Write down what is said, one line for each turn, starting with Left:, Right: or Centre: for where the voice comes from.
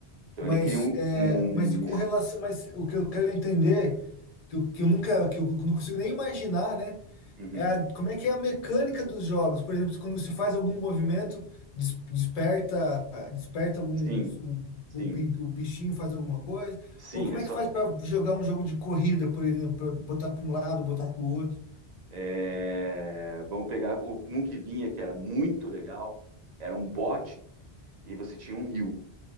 Right: Então
Left: Mas,
Right: ele cria um,
Left: é,
Right: um
Left: mas e com
Right: es-
Left: relação, mas o que eu quero entender, que eu, que eu nunca, que eu não consigo nem imaginar, né?
Right: uhum.
Left: É a- como é que é a mecânica dos jogos? Por exemplo, quando se faz algum movimento, des- desperta, desperta algum,
Right: Sim,
Left: o,
Right: sim,
Left: o bi- o bichinho faz alguma coisa?
Right: sim,
Left: Ou como
Right: é só.
Left: é que faz para jogar um jogo de corrida, por exemplo, para botar para um lado, botar para o outro?
Right: é, Vamos pegar o, um que vinha que era muito legal, era um bote e você tinha um rio.